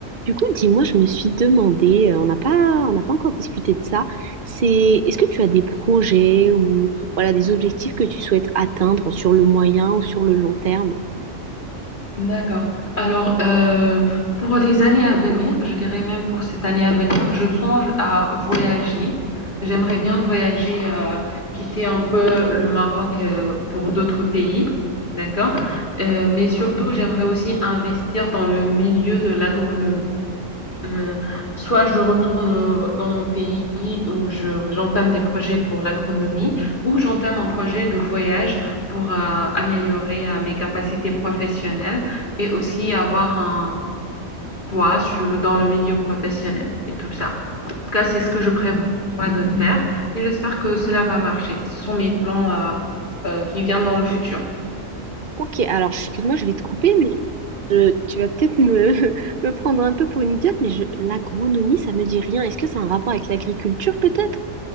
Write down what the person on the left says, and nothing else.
D'accord. Alors, euh, pour les années à venir, je dirais même pour cette année à venir, je songe à voyager. J'aimerais bien voyager, euh, quitter un peu le Maroc, euh, pour d'autres pays. D'accord? Euh, mais surtout, Mhm. j'aimerais aussi investir dans le milieu de l'agronomie. Euh, soit je retourne euh, dans mon pays où je, j'entame des projets pour l'agronomie, ou j'entame un projet de voyage pour euh, améliorer euh, mes capacités professionnelles et aussi avoir un poids sur- dans le milieu professionnel et tout ça. En tout cas, c'est ce que je prévois de faire et j'espère que cela va marcher. Ce sont mes plans euh, euh, qui viennent dans le futur.